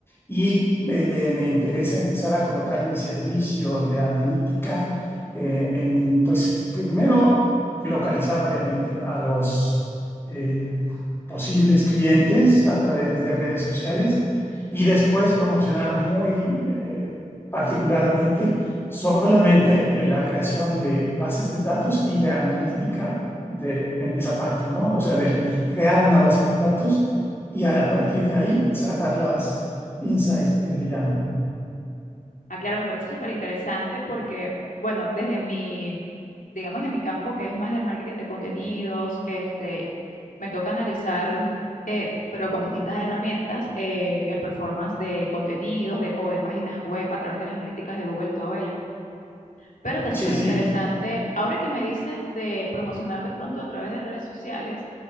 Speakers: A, on the left (about 20°); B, on the left (about 80°).
A: y eh, me interesa empezar a colocar mi servicio de analítica eh, en, pues, primero localizar obviamente a los eh, posibles clientes a través de redes sociales y después promocionar muy eh, particularmente solamente eh, la creación de bases de datos y de analítica de, en esa parte, ¿no? O sea, del crear una base de datos y a partir de ahí sacar las insights que le llaman.
B: Ah, claro, me parece súper interesante porque, bueno, desde mi, digamos, de mi campo, que es más del marketing de contenidos, este, me toca analizar, eh, pero con distintas herramientas, eh, el performance de contenidos de, o de páginas web a través de las analíticas de Google, todo ello. pero está
A: Sí,
B: súper
A: sí,
B: interesante. Ahora que me dices de promocionar de pronto a través de redes sociales,